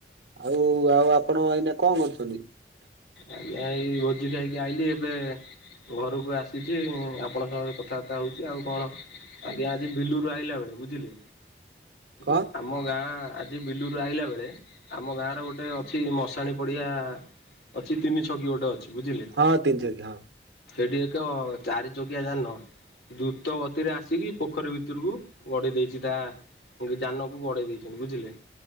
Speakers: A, on the right; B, on the left.
A: ଆଉ ଆଉ ଆପଣ ଏଇନା କଣ କରୁଚନ୍ତି?
B: ଆଜ୍ଞା ଏଇ ଭୋଜି ଯାଇକି ଆଇଲିି ଏବେ ଘରୁକୁ ଆସିଚି ଉଁ ଆପଣଙ୍କ ସାଙ୍ଗରେ କଥାବାର୍ତ୍ତା ହଉଚି। ଆଉ କଣ? ଆଜ୍ଞା ଆଜି ବିଲୁରୁୁ ଆଇଲା ବେଳେ ବୁଝିଲେ?
A: କଣ?
B: ଗୋଟ୍ ଆମ ଗାଁ ଆଜି ବିଲୁରୁ ଆଇଲା ବେଳେ ଆମ ଗାଁ ର ଗୋଟେ ଛି ମଶାଣି ପଡ଼ିଆ ଅଛି ତିନି ଛକି ଗୋଟେ ଅଛି ବୁଝିଲେ।
A: ହଁ ତିନି ଛକି ହଁ
B: ସେଇଠି ଏକ ଚାରି ଚକିଆ ଯାନ ଦ୍ରୁତ ଗତିରେ ଆସିକି ପୋଖରୀ ଭିତରକୁ ଗଡ଼େଇ ଦେଇଚି ତା ଯାନକୁ ଗଡ଼େଇ ଦେଇଚେନ୍ତି ବୁଝିଲେ?